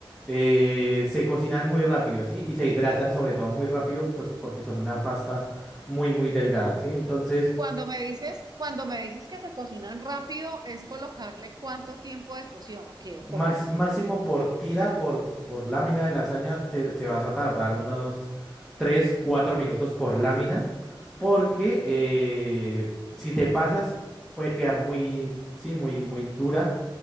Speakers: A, in the centre; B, on the right.
A: eh, se cocinan muy rápido, ¿sí? Y se hidratan sobre todo muy rápido, pues porque son una pasta muy, muy delgada, ¿sí? Entonces...
B: Cuando me dices, cuando me dices que se cocinan rápido, es colocarle cuánto tiempo de cocción, ok,
A: Max-
B: ok.
A: máximo por tira, por, por lámina de lasaña, te, te vas a tardar unos 3 4 minutos por lámina, porque eh, si te pasas puede quedar muy, sí, muy, muy dura.